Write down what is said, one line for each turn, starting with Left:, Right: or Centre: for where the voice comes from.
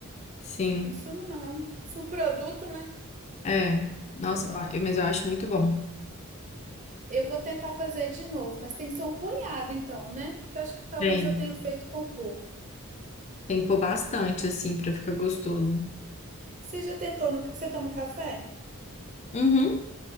Left: sim.
Right: Insumo não, é um subproduto, né?
Left: É. Nossa, eu- mas eu acho muito bom.
Right: Eu vou tentar fazer de novo, mas tem que ser um punhado, então, né? Que eu acho que talvez
Left: Tem.
Right: eu tenha feito com pouco.
Left: Tem que pôr bastante, assim, pra ficar gostoso.
Right: Você já tentou no. Você toma café?
Left: Uhum.